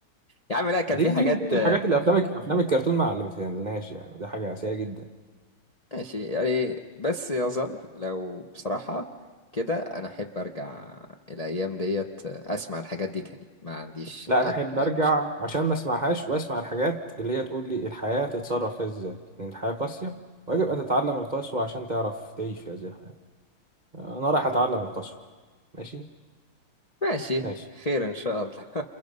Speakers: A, on the left (about 55°); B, on the right (about 40°).
A: يا عم لا كان
B: دي
A: في حاجات
B: دي من ضمن
A: آه،
B: الحاجات اللي افلام افلام الكرتون ما علمتهالناش يعني دي حاجه سيئه جدا
A: ماشي يعني بس يظل لو بصراحة كده انا احب ارجع الايام ديت آه، اسمع الحاجات دي تاني ما عنديش
B: لا
A: ادنى
B: انا احب ارجع
A: مشكلة
B: عشان ما اسمعهاش واسمع الحاجات اللي هي تقول لي الحياة تتصرف فيها ازاي لان الحياة قاسية ويجب ان تتعلم القسوة عشان تعرف تعيش في هذه الحياة انا رايح اتعلم القسوة ماشي
A: ماشي
B: ماشي
A: خير ان شاء الله